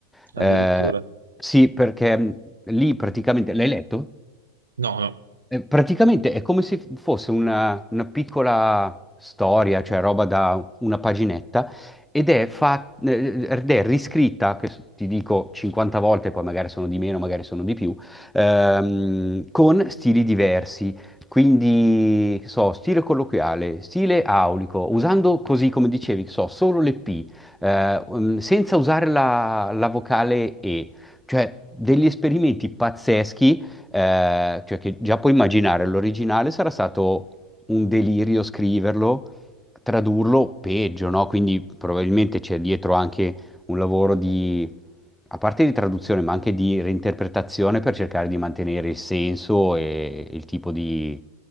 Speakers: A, on the right (about 70°); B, in the centre.
A: addirittura.
B: Eh, sì, perché mh, lì praticamente... L'hai letto?
A: No, no.
B: Eh, Praticamente è come se fosse una, una piccola storia, cioè roba da una paginetta, ed è, fa- eh, ed è riscritta, che s- ti dico 50 volte, poi magari sono di meno, magari sono di più, ehm, con stili diversi. Quindi, che so, stile colloquiale, stile aulico, usando così come dicevi, che so, solo le P, eh, mm, senza usare la, la vocale E, cioè degli esperimenti pazzeschi eh, cioè che già puoi immaginare, l'originale sarà stato un delirio scriverlo, tradurlo peggio, no? Quindi probabilmente c'è dietro anche un lavoro di, a parte di traduzione, ma anche di reinterpretazione per cercare di mantenere il senso e il tipo di,